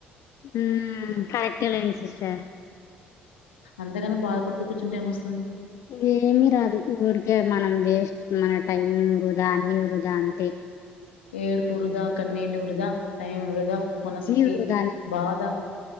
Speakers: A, on the left; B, on the left.
A: ఉం కరెక్టెలెండి సిస్టర్
B: అంతేగాని బాధపడుతూ కూర్చుంటె ఏం వస్తది
A: ఏమి రాదు ఊరికే మనం వేస్ట్ మన టైం వృధా అన్ని వృద అంతే
B: ఏడుపు వృదా కన్నీళ్లు వృదా టైం వృదా మనసుకి
A: నీ వృధానే
B: బాద